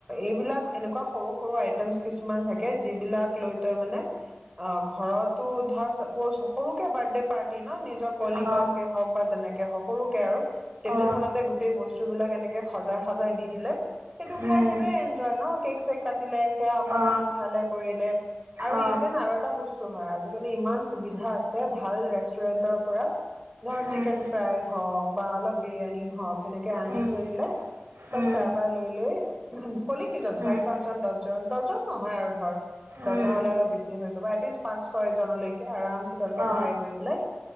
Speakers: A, on the right; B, on the right.
A: এইবিলাক এনেকুৱা সৰু সৰু আইটেমছ কিছুমান থাকে যিবিলাক লৈ তই মানে অ' ঘৰতো ধৰ চাপ'জ সৰুকে বাৰ্থডে পাৰ্টি ন নিজৰ ক'লিকে
B: অ
A: হওঁক বা যেনেকে হওঁক সৰুকে আৰু টেবুল
B: অ
A: খনতে গোটেই বস্তু বিলাক এনেকে সজাই সজাই দি দিলে সেইটো
B: উম
A: খাই সেইটোৱেই এনজয় ন কেক চেক কাটিলে সেয়া অকন
B: অ
A: অকন খালে কৰিলে আৰু
B: অ
A: ইভেন আৰু এটা বস্তু আজিকালি ইমান সুবিধা আছে ভাল ৰেষ্টুৰেন্টৰ পৰা ধৰ
B: উম
A: চিকেন ফ্ৰাই হওঁক বা অলপ বিৰিয়ানী হওঁক তেনেকে আনি
B: উম
A: থৈ দিলে বাছ
B: উম
A: তাৰ পৰা লৈ লৈ উম ক'লিক কেইজন
B: উম
A: চাৰি পাঁচ জন দহ দহ জন নহয় আৰু ধৰ,
B: উম
A: দহজন হ'লে অলপ বেছি হৈ যাব। এটলিষ্ট পাঁচ -ছয় জনলৈকে আৰাম চে তেওঁলোকে
B: অ
A: খাই গৈ পেলাই